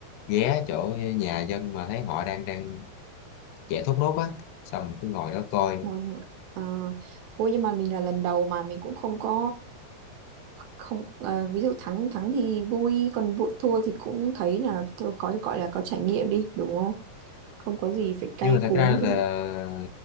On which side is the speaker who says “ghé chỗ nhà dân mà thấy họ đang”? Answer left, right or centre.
Left